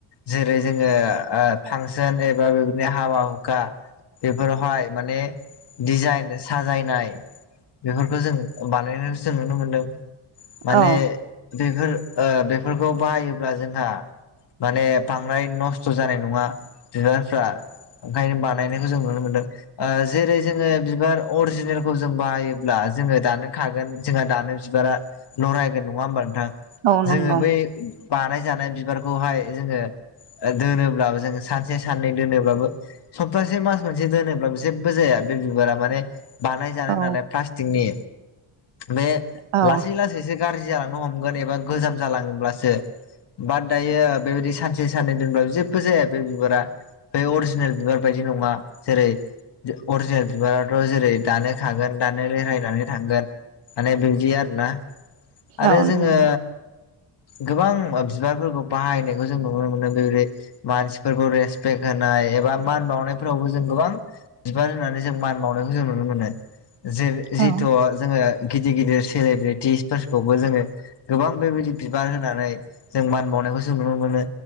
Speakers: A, on the left (about 55°); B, on the right (about 80°).
A: जेरै जोङो ओ फांसन एबा बेबायदिनो हाबा हुखा बेफोरावहाय माने डिजाइन साजायनाय बेफोरखौ जों बानायनायखौ जों नुनो मोनदों माने
B: औ
A: बेफोर ओ बेफोरखौ बाहायोब्ला जोंहा माने बांद्राय नस्थ' जानाय नङा बिबारफ्रा ओंखायनो बानायनायखौ जों नुनो मोनदों ओ जेरै जोङो बिबार अरिजिनेलखौ जों बाहायोब्ला जोङो दानो खागोन जोंहा दानो बिबारा नरायगोन नङा होमबा नोंथां
B: औ नंगौ
A: जोङो बै बानायजानाय बिबारखौहाय जोङो ओ दोनोब्लाबो जोङो सानसे साननै दोनोब्लाबो सप्तासे मास मोनसे दोनोब्लाबो जेबबो जाया बे बिबारा माने बानायजानाय
B: औ
A: नालाय प्लास्टिकनि बे
B: औ
A: लासै लासैसो गारजि जालांनो हमगोन एबा गोजाम जालाङोब्लासो बा दायो बेबायदि सानसे साननै दोनब्लाबो जेबो जाया बे बिबारा बे अरिजिनेल बिबार बायदि नङा जेरै अरिजिनेल बिबाराथ' जेरै दानो खागोन दानो रेहायनानै थांगोन माने बिबदि आरोना आरो
B: औ नंगौ
A: जोङो गोबां ओ बिबारफोरखौ बाहायनायखौ जों नुनो मोन्दों। जेरै मानसिफोरखौ रेसपेक्ट होनाय एबा मान बावनायफोरावबो जों गोबां बिबार होननानै जों मान बाउनायखौ जों नुनो मोनो जे-जिहेथु
B: औ
A: जोङो गिदिर गिदिर सेलेब्रेटिसफोरखौबो जोङो गोबां बेबायदि बिबार होनानै जों मान बाउनायखौ जों नुनो मोनो।